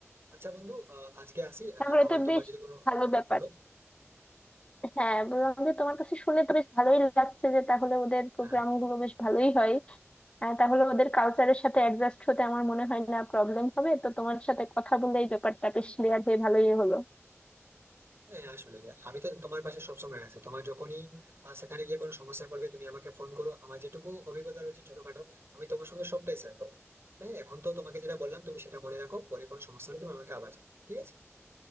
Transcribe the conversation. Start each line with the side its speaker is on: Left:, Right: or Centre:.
Right: আচ্ছা বন্ধু আহ, আজকে আসি
Left: তাহলে
Right: আহ, আবার
Left: তো
Right: তোমার
Left: বেশ
Right: যদি কোনো
Left: ভালো ব্যাপার
Right: বলো
Left: হ্যাঁ বললাম যে তোমার কাছে শুনে তো বেশ ভালোই লাগছে যে তাহলে ওদের প্রোগ্রাম
Right: হ্যাঁ
Left: গুলো বেশ ভালোই হয় আহ, তাহলে ওদের কালচারের সাথে অ্যাডজাস্ট হতে আমার মনে হয় না প্রবলেম হবে তো তোমার সাথে কথা বলে এই ব্যাপারটা বেশ ক্লিয়ার হয়ে ভালোই হলো
Right: হ্যাঁ হ্যাঁ, আসলে আমি তো তোমার পাশে সবসময় আছি তোমার যখনই আহ, সেখানে গিয়ে কোনো সমস্যায় পড়বে তুমি আমাকে ফোন করো আমার যেটুকু অভিজ্ঞতা রয়েছে ছোটখাটো আমি তোমার সঙ্গে সবটাই শেয়ার করবো হ্যাঁ এখন তো তোমাকে যেটা বললাম তুমি সেটা মনে রাখো পরে কোনো সমস্যা হলে তুমি আমাকে আবার জানাও। ঠিক আছে